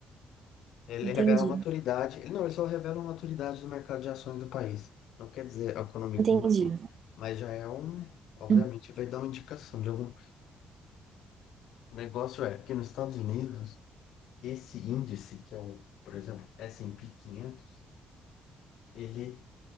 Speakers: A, on the left; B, on the right.
A: Ele
B: entendi.
A: revela a maturidade. Ele, não, ele só revela a maturidade do mercado de ações do país. Não quer dizer a economia
B: Entendi.
A: como um todo. Mas já é um. Obviamente,
B: Hum,
A: vai dar uma indicação de algum. O negócio é que nos Estados Unidos, esse índice, que é o, por exemplo, S&P 500, ele